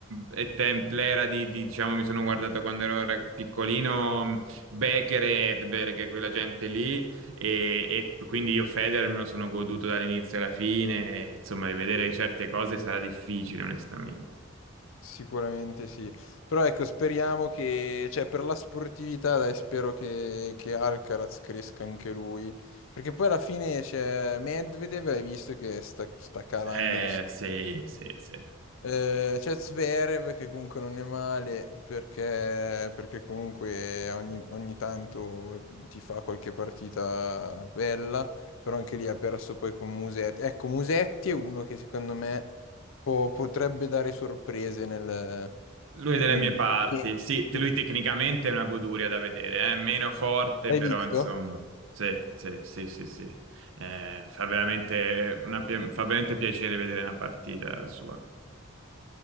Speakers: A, on the right (about 70°); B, on the left (about 65°).
A: eh, e tem- l'era di, di, diciamo, mi sono guardato quando ero rag- piccolino, mh, Becker e Edberg, quella gente lì, e, e quindi io Federer me lo sono goduto dall'inizio alla fine, e, insomma, rivedere certe cose sarà difficile, onestamente.
B: sicuramente sì. Però ecco, speriamo che, cioè per la sportività, dai, spero che, che Alcaraz cresca anche lui. Perché poi alla fine c'è Medvedev, hai visto che sta, sta calando,
A: Eh,
B: visto.
A: sì, sì, sì.
B: Eh, c'è Zverev che comunque non è male perché, perché comunque ogni, ogni tanto ti fa qualche partita bella, però anche lì ha perso poi con Musetti. Ecco, Musetti è uno che secondo me po- potrebbe dare sorprese nel...
A: Lui è delle
B: nel-
A: mie parti,
B: ne-
A: sì, te-
B: ne-
A: lui tecnicamente è una goduria da vedere, è meno forte,
B: Hai
A: però
B: visto?
A: insomma, sì, sì, sì, sì, sì. Eh, fa veramente una pi- fa veramente piacere vedere una partita sua.